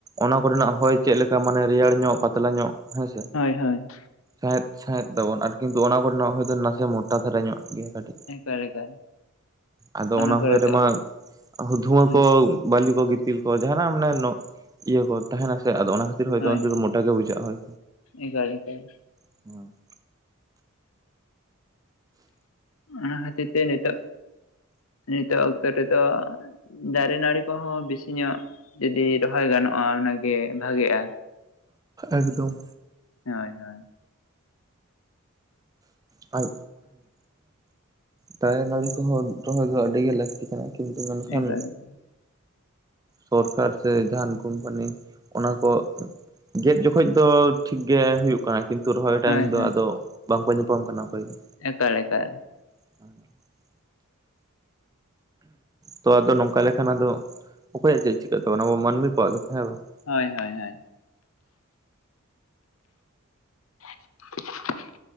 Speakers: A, on the right; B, on the left.
A: ᱚᱱᱟ ᱠᱚᱨᱮᱱᱟᱜ ᱦᱚᱭ ᱪᱮᱫ ᱞᱮᱠᱟ ᱢᱟᱱᱮ ᱨᱮᱭᱟᱲ ᱧᱚᱜ ᱯᱟᱛᱞᱟ ᱧᱚᱜ ᱦᱮᱸᱥᱮ᱾
B: ᱦᱳᱭ ᱦᱳᱭ᱾
A: ᱥᱟᱸᱦᱮᱫ ᱥᱟᱸᱦᱮᱫ ᱫᱟᱵᱚᱱ ᱟᱨ ᱠᱤᱱᱛᱩ ᱚᱱᱟ ᱠᱚᱨᱮᱱᱟᱜ ᱦᱚᱲ ᱫᱚ ᱱᱟᱥᱮ ᱢᱚᱴᱟ ᱫᱷᱟᱨᱟ ᱧᱚᱜ ᱜᱮᱭᱟ ᱠᱟᱹᱴᱤᱡ᱾
B: ᱮᱠᱟᱞ ᱮᱠᱟᱞ᱾
A: ᱟᱫᱚ ᱚᱱᱟ
B: ᱠᱚᱨᱮ
A: ᱦᱚᱭ
B: ᱫᱚ
A: ᱨᱮᱢᱟ ᱫᱷᱩᱣᱟᱹ
B: ᱦᱳᱭ
A: ᱠᱚ ᱵᱟᱞᱤ ᱠᱚ ᱜᱮ ᱛᱤᱞ ᱠᱚ ᱡᱟᱦᱱᱟᱜ ᱢᱟᱱᱮ ᱤᱭᱟᱹ ᱠᱚ ᱛᱟᱦᱮᱱᱟ ᱥᱮ ᱟᱫᱚ ᱚᱱᱟ ᱠᱷᱟᱹᱛᱤᱨ ᱦᱳᱭᱛᱳ
B: ᱦᱳᱭ ᱦᱳᱭ
A: ᱢᱚᱴᱟ ᱜᱮ ᱵᱩᱡᱷᱟᱹᱜᱼᱟ ᱦᱳᱭ᱾
B: ᱮᱠᱟᱞ ᱮᱠᱟᱞ ᱾
A: <unintelligible>
B: ᱚᱱᱟ ᱠᱷᱟᱹᱛᱤᱨ ᱛᱮ ᱱᱤᱛᱚᱜ ᱱᱤᱛᱚᱜ ᱚᱠᱛᱚ ᱨᱮᱫᱚ ᱫᱟᱨᱮ ᱱᱟᱹᱲᱤ ᱠᱚᱦᱚ ᱵᱮᱥᱤ ᱧᱚᱜ ᱡᱩᱫᱤ ᱨᱚᱦᱚᱭ ᱜᱟᱱᱚᱜᱼᱟ ᱚᱱᱟᱜᱮ ᱵᱷᱟᱜᱮᱼᱟ᱾
A: ᱮᱠᱫᱚᱢ᱾
B: ᱦᱳᱭ ᱦᱳᱭ᱾
A: <inaudible> ᱟᱨ ᱫᱟᱨᱮ ᱱᱟᱹᱲᱤ ᱠᱚᱦᱚᱸ ᱨᱚᱦᱚᱭ ᱫᱚ ᱟᱹᱰᱤ ᱜᱮ ᱞᱟᱹᱠᱛᱤ ᱠᱟᱱᱟ᱾ ᱠᱤᱱᱛᱩ ᱢᱮᱱᱠᱷᱟᱱ
B: ᱮᱠᱟᱞ ᱮᱠᱟᱞ
A: ᱥᱚᱨᱠᱟᱨ ᱥᱮ ᱡᱟᱦᱟᱱ ᱠᱳᱢᱯᱟᱱᱤ ᱚᱱᱟ ᱠᱚ ᱜᱮᱫ ᱡᱚᱠᱷᱚᱡ ᱫᱚ ᱴᱷᱤᱠ ᱜᱮ ᱦᱩᱭᱩᱜ ᱠᱟᱱᱟ ᱠᱤᱱᱛᱩ ᱨᱚᱦᱚᱭ ᱴᱟᱭᱤᱢ
B: ᱦᱳᱭ
A: ᱫᱚ
B: ᱦᱳᱭ
A: ᱟᱫᱚ ᱵᱟᱝᱠᱚ ᱧᱟᱯᱟᱢ ᱠᱟᱱᱟ ᱚᱠᱚᱭ ᱜᱮ᱾
B: ᱮᱠᱟᱞ ᱮᱠᱟᱞ᱾
A: <unintelligible> ᱛᱚ ᱟᱫᱚ ᱱᱚᱝᱠᱟ ᱞᱮᱠᱷᱟᱱ ᱟᱫᱚ ᱚᱠᱚᱭᱟᱜ ᱪᱮᱫ ᱪᱤᱠᱟᱹᱜ ᱛᱟᱵᱚᱱᱟ ᱟᱵᱚ ᱢᱟᱱᱢᱤ ᱠᱚᱣᱟᱜ ᱜᱮ ᱛᱚᱦᱮᱸ ᱵᱟᱝ?
B: ᱦᱳᱭ ᱦᱳᱭ ᱦᱳᱭ᱾ <unintelligible>